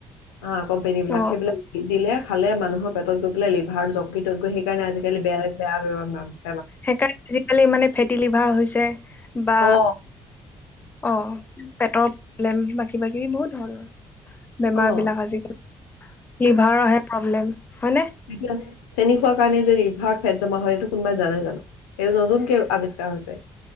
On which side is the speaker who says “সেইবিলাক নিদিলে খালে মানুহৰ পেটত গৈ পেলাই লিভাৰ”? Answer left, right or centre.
Left